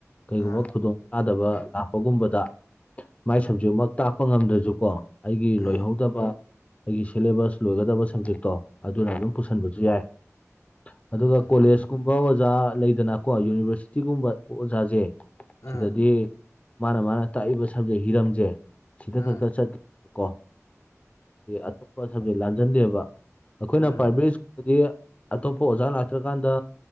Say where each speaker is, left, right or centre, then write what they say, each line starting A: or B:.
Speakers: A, on the left; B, on the left.
A: ꯀꯩꯒꯨꯝꯕ
B: ꯑꯥ
A: ꯈꯨꯗꯣꯡ ꯆꯥꯗꯕ ꯂꯄ ꯒꯨꯝꯕꯗ ꯃꯥꯏ ꯁꯕꯖꯦꯛꯃꯛ ꯇꯥꯛꯄ ꯉꯝꯗ꯭ꯔꯁꯨꯀꯣ ꯑꯩꯒꯤ ꯂꯣꯏꯍꯧꯗꯕ
B: ꯎꯝ
A: ꯑꯩꯒꯤ ꯁꯤꯂꯦꯕꯁ ꯂꯣꯏꯒꯗꯕ ꯁꯕꯖꯦꯛꯇꯣ ꯑꯗꯨꯅ ꯑꯗꯨꯝ ꯄꯨꯁꯤꯟꯕꯁꯨ ꯌꯥꯏ ꯑꯗꯨꯒ
B: ꯎꯝ
A: ꯀꯣꯂꯦꯖꯀꯨꯝꯕ ꯑꯣꯖꯥ ꯂꯩꯗꯅꯀꯣ ꯌꯨꯅꯤꯚꯔꯁꯤꯇꯤꯒꯨꯝꯕ ꯑꯣꯖꯥꯁꯦ ꯁꯤꯗꯗꯤ
B: ꯎꯝ
A: ꯃꯥꯅ ꯃꯥꯅ ꯇꯥꯛꯏꯕ ꯁꯕꯖꯦꯛ ꯍꯤꯔꯝꯁꯦ ꯁꯤꯗ
B: ꯎꯝ
A: ꯈꯛꯇ ꯆꯠ ꯀꯣ ꯑꯇꯣꯞꯄ ꯁꯕꯖꯦꯛ ꯂꯥꯟꯖꯟꯗꯦꯕ ꯑꯩꯈꯣꯏꯅ
B: ꯎꯝ
A: ꯄ꯭ꯔꯥꯏꯚꯦꯠ ꯁ꯭ꯀꯨꯜꯗꯗꯤ ꯑꯇꯣꯞꯄ ꯑꯣꯖꯥ ꯂꯥꯛꯇ꯭ꯔꯀꯥꯟꯗ